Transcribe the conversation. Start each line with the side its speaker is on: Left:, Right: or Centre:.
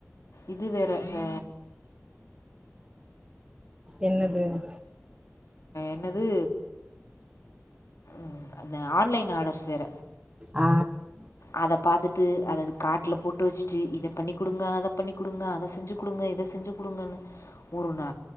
Left: இது வேற இந்த
Right: என்னது <inaudible>
Left: என்னது ம் அந்த ஆன்லைன் ஆர்டர்ஸ் வேற
Right: ஆ
Left: அத பாத்துட்டு அத அது கார்ட்டுல போட்டு வச்சுட்டு இத பண்ணி் குடுங்க அத பண்ணி் குடுங்க அத செஞ்சு குடுங்க இத செஞ்சு குடுங்கன்னு ஒரு நா